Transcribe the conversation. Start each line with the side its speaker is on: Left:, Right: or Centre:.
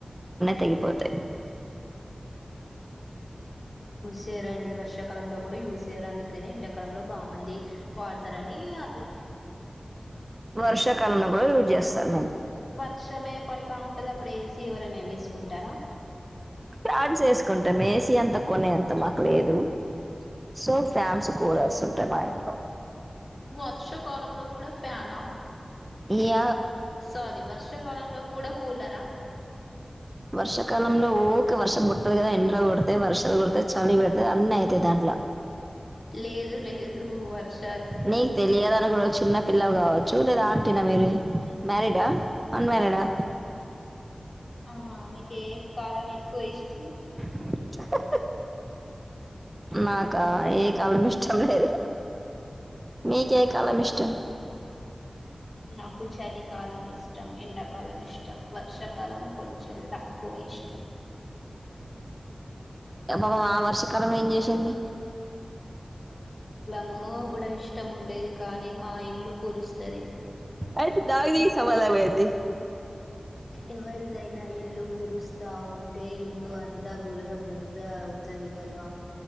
Right: తంగపోదు
Left: చేేరాడి వర్షకాలం కూడా యూస్యారు అందుకనే ఎండాకాలంలో బా మంది వాడతారని అట్లా
Right: వర్షాకాలన కూడా యజ్ చేస్తారు
Left: వర్షమ ఏే పడుతా ఉంటది అప్పుడు ఏసీ ఎవరైనా వేసుకుంటారా
Right: ఫాడ్స్ వేసుకుంటాం మేసిీ అంత కొనే అంత మాకు లేదు సో ఫ్యామ్స్ కూలర్స్ ఉంటాయి మా ఇంట్లో
Left: వర్షాకాలంలో కూడా ఫ్యానా
Right: ఇగ
Left: సారీ వర్షాకాలంలో కూడా కూలరా
Right: వర్షకాలంలో ఓరిే వర్షం కుట్టదు కదా ఇండ్లో కొడితే వర్షాలు కుడితే చలి పెడితే అన్ని అయితయి దాంట్లో అట్లా
Left: లేదు లేదు వర్ష
Right: నీకు తెలియదాని కూడా చిన్న పిల్లవ కావచ్చు లేదా ఆంటీ నా మీరే మ్యారిడ్ అన్ మ్యారిడా
Left: ఆహా మీకు కాలం ఎక్కువ ఇష్టం
Right: హహ నాకా ఏ కవాలం ఇష్టం లేదు మీక కాలం ఇష్టం
Left: నాకు చలి కాలని ఇష్టం ఇష్టం ఎండాకాలం ఇష్టం వర్షాకాలం కొంచెం తక్కువ ఇష్టం
Right: పాబ ఆ వర్షకాలం ఏం చేసింది
Left: మో కూడా ఇష్టం ఉండేది కానీ మా ఇల్లు కురుస్తుంది
Right: ఆయితే నాా నీ సవాాలవ అది
Left: ఎవరిదైనా ఇల్లు కురుస్తా ఉంటే ఇల్లు అ ద్ద బురుద బురుద ఉఊతుదిగలు